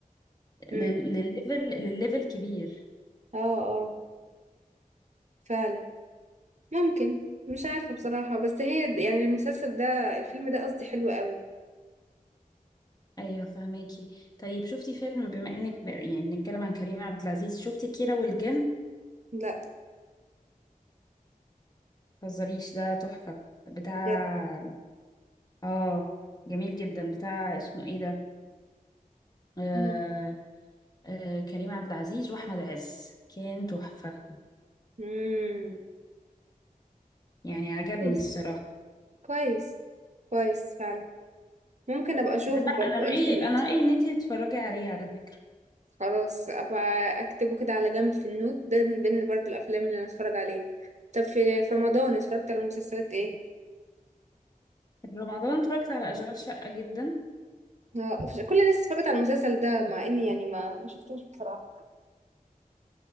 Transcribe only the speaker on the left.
لل- للليفل للليفل كبير
ايوه فهماكي طيب شفتي فيلم بما انك ب- يعني بنتكلم عن كريم عبد العزيز شفتي كيرة والجن
متهزريش ده تحفة بتاع
اه جميل جدا بتاع اسمه ايه ده آه...
آه... كريم عبد العزيز واحمد عز كان تحفة
يعني عجبني
الصراحة
لا،
انا رأيي
انا
رأيي ان انتي تتفرجي عليه على فكرة
في رمضان اتفرجت على اشغال شقة جدا